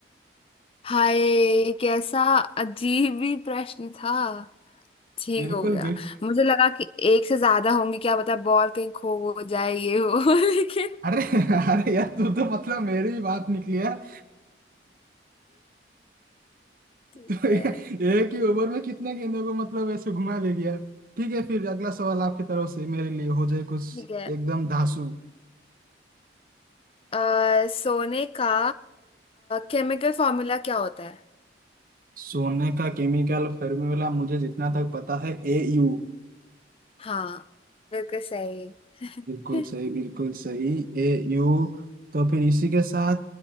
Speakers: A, on the left (about 30°); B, on the right (about 50°).
A: हाय ये कैसा अजीब ही प्रश्न था ठीक
B: बिल्कुल
A: हो गया
B: बिल्कुल
A: मुझे लगा कि एक से ज्यादा होंगी क्या पता बॉल कहीं खो हो जाए ये हो <laughs> लेकिन
B: अरे <laughs> अरे यार तू तो मतलब मेरी ही बात निकली यार
A: ठीक
B: एक
A: है
B: ही ओवर में कितने गेंदों को मतलब ऐसे घुमा दे गया ठीक है फिर अगला सवाल आपकी तरफ से मेरे लिए हो जाए कुछ
A: ठीक है
B: एकदम धांसू
A: अ, सोने का केमिकल फॉर्मूला क्या होता है
B: सोने का केमिकल फॉर्मूला मुझे जितना तक पता है ए यू
A: हाँ बिल्कुल सही
B: बिल्कुल सही
A: <laughs>
B: बिल्कुल सही ए यू तो फिर इसी के साथ